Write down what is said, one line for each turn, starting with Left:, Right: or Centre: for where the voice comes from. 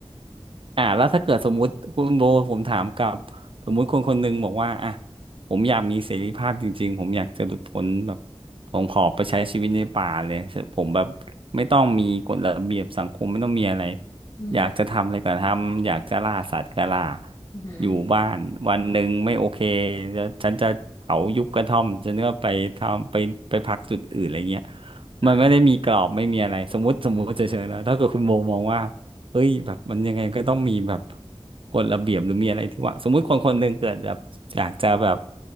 Right: อ่าแล้วถ้าเกิดสมมุติคุณโบผมถามกลับสมมุติคนคนหนึ่งบอกว่าอ่ะผมอยากมีเสรีภาพจริงๆผมอยากจะหลุดพ้นแบบผมขอไปใช้ชีวิตในป่าเลยผมแบบไม่ต้องมีกฎระเบียบสังคมไม่ต้องมีอะไร
Left: <laughs> อืม
Right: อยากจะทำอะไรก็ทำอยากจะล่าสัตว์ก็ล่า
Left: อืมอือหือ
Right: อยู่บ้านวันหนึ่งไม่โอเคแล้วฉันจะเผายุบกระท่อมฉันก็ไปทำไปไปพักจุดอื่นอะไรเงี้ย
Left: ค่ะ
Right: มันไม่ได้มีกรอบไม่มีอะไรสมมติสมมติเฉยๆแล้วถ้าเกิดคุณโบมองว่า เฮ้ยแบบมันยังไงก็ต้องมีแบบกฎระเบียบหรือมีอะไรที่ว่าสมมุติคนคนหนึ่งเกิดแบบอยากจะแบบ